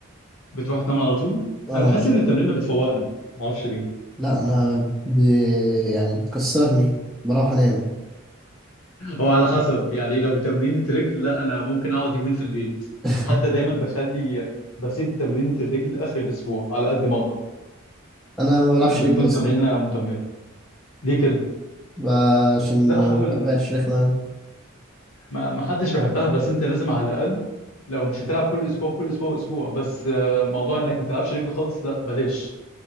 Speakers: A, on the left (about 85°); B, in the centre.
A: بتروح تنام على طول
B: اه
A: أنا بحس
B: مش
A: إن التمرين بتفوقني معرفش ليه
B: لا انا ب... يعني بتكسرني بروح انام
A: هو على حسب يعني لو تمرين الرجل لا أنا ممكن أقعد يومين في البيت
B: <laughs>
A: حتى دايما بخلي بسيب تمرينة الرجل آخر الأسبوع على قد ما أقدر
B: انا ما بلعبش
A: يعني بتكون
B: رجل اصلا
A: تمرينة مدمرة ليه كده؟
B: ب- عشان
A: لا
B: ما
A: أحاول
B: بحبهاش رخمه
A: ما ما حدش بيحبها بس انت لازم على الاقل لو مش هتلعب كل اسبوع كل اسبوع اسبوع بس آه، موضوع انك ما تلعبش رجل خالص لا بلاش